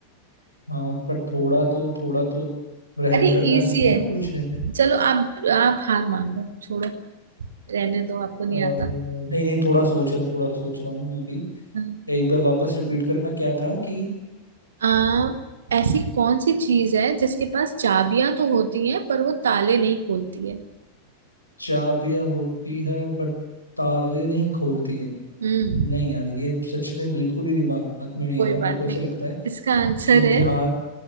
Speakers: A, on the left (about 85°); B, on the right (about 65°).
A: हाँ पर थोड़ा तो थोड़ा तो रहम
B: अरे
A: करना
B: इजी
A: चाहिए ना
B: है
A: पूछने पे
B: चलो आप आप हार मान लो छोड़ो रहने दो आपको नहीं
A: अ, नहीं
B: आता
A: नहीं थोड़ा सोच रहा हूँ थोड़ा सोच रहा हूँ मैं अभी
B: हाँ,
A: एक बार वापस रिपीट करना क्या था कि
B: आ, ऐसी कौन सी चीज है जिसके पास चाबियां तो होती हैं पर वो ताले नहीं खोलती है
A: चाबियां होती है बट ताले नहीं खोलती है
B: हम्म
A: नहीं यार ये सच में बिल्कुल ही दिमाग में नहीं
B: कोई
A: आ रहा
B: बात
A: मेरे को ऐसा
B: नहीं
A: लगता है
B: इसका आंसर
A: कि मुझे
B: है
A: हार